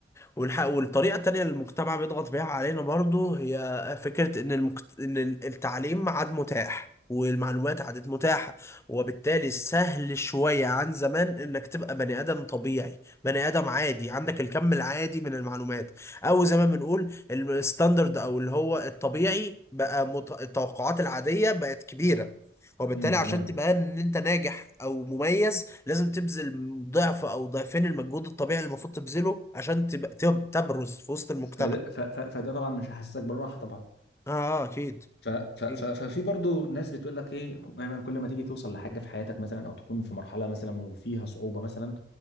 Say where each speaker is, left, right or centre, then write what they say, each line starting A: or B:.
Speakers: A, on the left; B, on the left.
A: والح... والطريقة التانية اللي المجتمع بيضغط بيها علينا برضو هي فكرة إن المكت... إن ال- التعليم ما عاد متاح والمعلومات عادت متاحة وبالتالي سهل شوية عن زمان إنك تبقى بني آدم طبيعي بني آدم عادي عندك الكم العادي من المعلومات أو زي ما بنقول الستاندرد أو اللي هو الطبيعي بقى مت... التوقعات العادية بقت كبيرة وبالتالي
B: امم
A: عشان
B: تمام
A: تبقى إن أنت ناجح أو مميز لازم تبذل ضعف او ضعفين المجهود الطبيعي اللي المفروض تبذله عشان تبقى تب- تبرز في وسط المجتمع
B: فده ف- ف- فده طبعا مش هيحسسك بالراحه طبعا
A: اه آه، اكيد
B: ف... ف... ف...
A: اكيد
B: ففي برضو ناس بتقول لك ايه دايما كل ما تيجي توصل لحاجه في حياتك مثلا او تكون في مرحله مثلا وفيها صعوبه مثلا